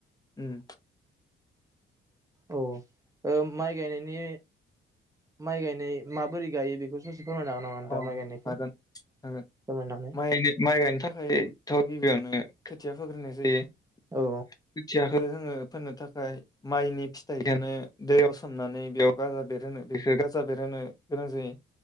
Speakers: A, on the left; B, on the right.
A: उम
B: औ ओ माइ गायनाइनि माइ गायनाइ माबोरै गायो बेखौ ससे फोरमायनो हागोन नामा नोंथाङा
A: अ
B: माइ गायनायखौ
A: हागोन हागोन
B: फोरमायनानै
A: माइ माइ गायनो थाखायथ' गिबियावनो खोथिया फोग्रोनाय जायो खोथिया
B: औ
A: जोङो फोननो थाखाय माइनि फिथाइखौनो दैयाव सोमनानै बेयाव गाजा बेरहोनो बेखौ गाजा बेरहोनो गोनां जायो।